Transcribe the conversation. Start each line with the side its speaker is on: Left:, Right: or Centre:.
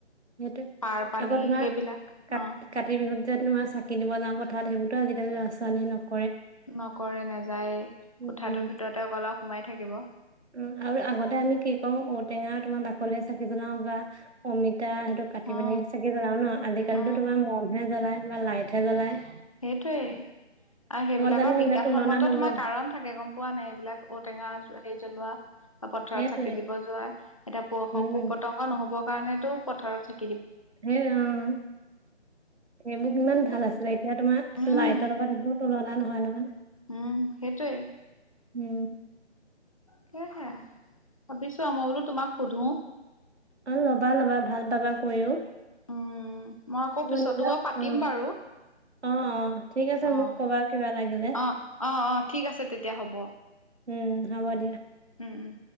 Right: সেইটোয়ে।
Left: পাৰ পানী
Right: আকৌ তোমাৰ
Left: সেইবিলাক
Right: কা
Left: অ
Right: কাতি বিহু তোমাৰ চাকি দিব যাওঁ পথাৰত। সেইবোৰো আজিকালি ল'ৰা ছোৱালীয়ে ন
Left: নকৰে নাযায়।
Right: উম
Left: কোঠাটোৰ ভিতৰতে অকল আও সোমাই থাকিব।
Right: উম আৰু আগতে আমি কি কৰো ঔটেঙা তোমাৰ বাকলিৰে চাকি বনাও বা অমিতা সেইটো কাটি
Left: অ
Right: পিনি চাগে জ্বলাও ন, আজিকালিতো
Left: অ
Right: তোমাৰ মমহে জ্বলায় বা লাইটহে জ্বলায়।
Left: সেইটোৱেই। আহ সেইবিলাকৰ
Right: জানো সেইবিলাক
Left: বিজ্ঞানসন্মত
Right: তুলনা হব
Left: তোমাৰ
Right: অ
Left: কাৰণ থাকে গম পোৱা নাই? এইবিলাক ঔটেঙা হেৰি জ্বলোৱা বা পথাৰত
Right: সেইটোৱে
Left: চাকি দিব যোৱা, এতিয়া প
Right: উম
Left: পোক পতংগ নহ'বৰ কাৰণেতো পথাৰত চি
Right: হে অ', হে মোক ইমান
Left: তাকে
Right: ভাল আছিলে এতিয়া তোমাৰ
Left: উম
Right: লাইটৰ লগত এইবোৰ তুলনা নহয় নহয়।
Left: উম সেইটোৱে
Right: উম
Left: সেহে ভাবিছো মই বোলো তোমাক সোধো।
Right: অ' ল'বা ল'বা ভাল পাবা কৰিও
Left: উম মই আকৌ
Right: তোমাৰ
Left: পিছতো
Right: নিজৰ
Left: বা পাতিম
Right: অ
Left: বাৰু
Right: অ অ ঠিক আছে
Left: অহ
Right: মোক কবা কিবা লাগিলে
Left: অ' অ' অ' ঠিক আছে তেতিয়া হ'ব
Right: উম হ'ব দিয়া
Left: উম উম।